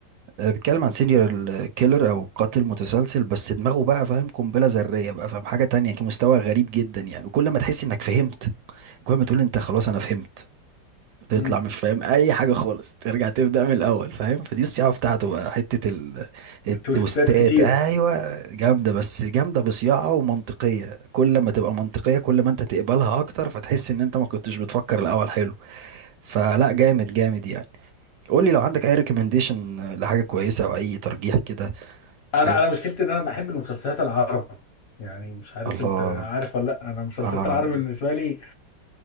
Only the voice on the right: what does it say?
آه، بيتكلم عن سينيور كيلر او قاتل متسلسل بس دماغه بقى فاهم قنبله ذريه بقى فاهم حاجه تانية كان مستوى غريب جدا يعني وكل ما تحس انك فهمت كل ما تقول انت خلاص انا فهمت تطلع
مش فاهم اي حاجه خالص ترجع تبدا من الاول فاهم فدي الصياعه بتاعته بقى حته ال... التوستات
ايوه جامده بس جامده بصياعه ومنطقيه كل ما تبقى منطقيه كل ما انت تقبلها اكتر فتحس ان انت ما كنتش بتفكر الاول حلو فلا جامد جامد يعني قول لي لو عندك اي ريكومنديشن لحاجه كويسه او اي ترجيح كده حاجة
الله
آه.